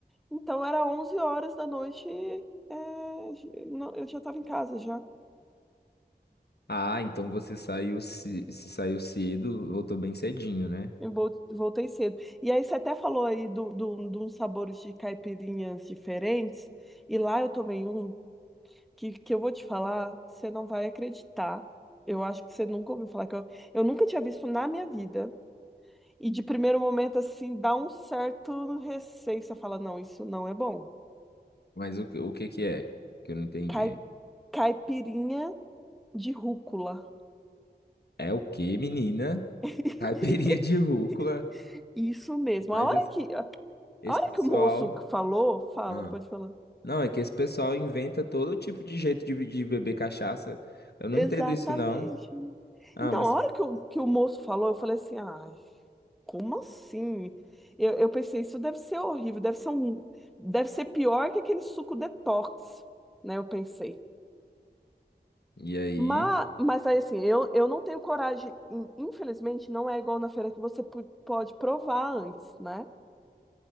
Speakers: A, in the centre; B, on the left.
A: Então era onze horas da noite, é, j- não- eu já estava em casa já.
B: Ah, então você saiu se, se saiu cedo, voltou bem cedinho, né?
A: Eu vol- voltei cedo. E aí você até falou aí do, do, de uns sabores de caipirinhas diferentes, e lá eu tomei um. que, que eu vou te falar, você não vai acreditar. Eu acho que você nunca ouviu falar que eu, eu nunca tinha visto na minha vida. E de primeiro momento, assim, dá um certo receio. Você fala, não, isso não é bom.
B: Mas o, que- o que que é? Que eu não entendi.
A: Cai- caipirinha de rúcula.
B: É o que, menina?
A: <laughs>
B: <laughs> Caipirinha de rúcula.
A: Isso mesmo.
B: Mas
A: A hora
B: esse,
A: que, a
B: esse
A: hora
B: pessoal.
A: que o moço falou, fala,
B: Ah.
A: pode falar.
B: Não, é que esse pessoal inventa todo tipo de jeito de, de beber cachaça. Eu não
A: Exatamente.
B: entendo isso, não. Ah,
A: Então,
B: mas.
A: a hora que o, que o moço falou, eu falei assim, ai. Como assim? Eu, eu pensei, isso deve ser horrível, deve ser um, deve ser pior que aquele suco detox, né? Eu pensei.
B: E aí?
A: Mas, mas aí assim, eu, eu não tenho coragem, in- infelizmente, não é igual na feira que você pu- pode provar antes, né?